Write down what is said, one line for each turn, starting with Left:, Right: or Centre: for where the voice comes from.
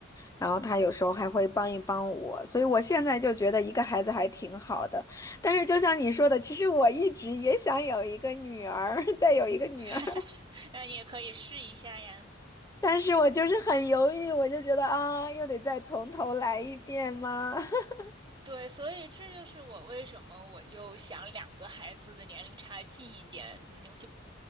Left: 然后他有时候还会帮一帮我，所以我现在就觉得一个孩子还挺好的。但是就像你说的，其实我一直也想有一个女儿，<laughs> 再有一个女儿。
Right: <laughs> 那也可以试一下呀。
Left: 但是我就是很犹豫，我就觉得啊，又得再从头来一遍吗？<laughs>
Right: 对，所以这就是我为什么我就想两个孩子的年龄差近一点，嗯就